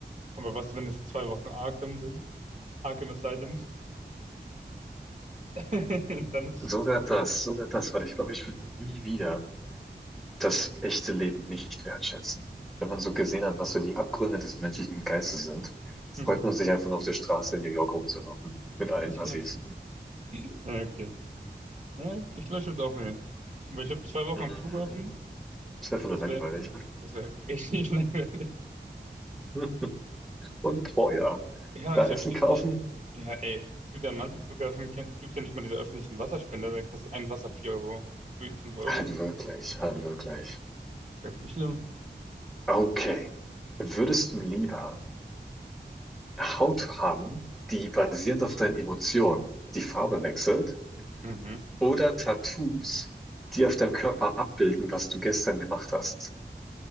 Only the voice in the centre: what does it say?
Sogar
das, sogar das, weil ich glaube, ich würde nie wieder das echte Leben nicht wertschätzen. Wenn man so gesehen hat, was so die Abgründe des menschlichen Geistes sind, freut
man sich einfach nur auf der Straße in New York rumzulaufen. Mit allen
Assis.
Mm,
ist einfach
nur langweilig.
<laughs> Und teuer.
Da
Essen
kaufen?
Halt wirklich, halt wirklich.
Okay. Würdest du lieber Haut haben, die basierend auf deinen Emotionen die Farbe wechselt?
Oder Tattoos, die auf deinem Körper abbilden, was du gestern gemacht hast.